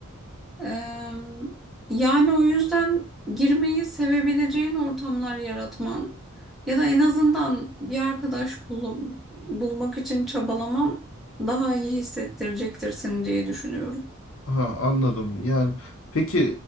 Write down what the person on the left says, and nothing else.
Ha anladım. Yani peki